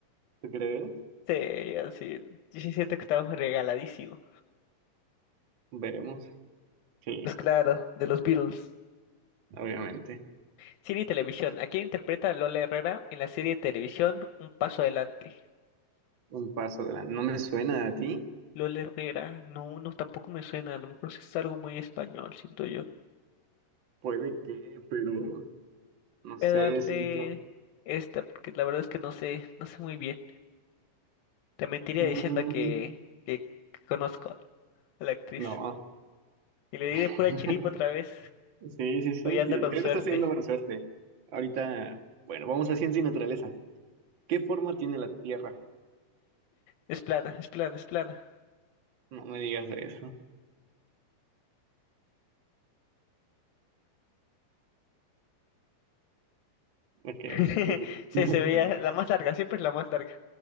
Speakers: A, on the right (about 45°); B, on the left (about 80°).
A: ¿Tú crees?
B: Sí, así, yo sí siento que estamos regaladísimo.
A: Veremos. Sí,
B: Pues claro, de los Beatles.
A: obviamente.
B: Cine y televisión. ¿A quién interpreta a Lola Herrera en la serie de televisión Un Paso Adelante?
A: Un paso de la... No me suena a ti.
B: Lola Herrera, no, no, tampoco me suena, a lo mejor sí es algo muy español, siento yo.
A: Puede que, pero no
B: Voy
A: sé,
B: a darle
A: siento...
B: esta porque la verdad es que no sé, no sé muy bien. Te mentiría
A: Mm,
B: diciendo que, que, que conozco a la actriz.
A: no.
B: Y le di
A: <laughs>
B: de pura chiripa otra vez.
A: Sí, sí, sí.
B: Hoy ando
A: ti-
B: con
A: Creo
B: suerte.
A: que estás teniendo buena suerte. Ahorita, bueno, vamos a ciencia y naturaleza. ¿Qué forma tiene la Tierra?
B: Es plana, es plana, es plana.
A: No me digas de eso. Ok,
B: <laughs>
A: sí.
B: Sí,
A: <laughs>
B: se veía la más larga, siempre es la más larga.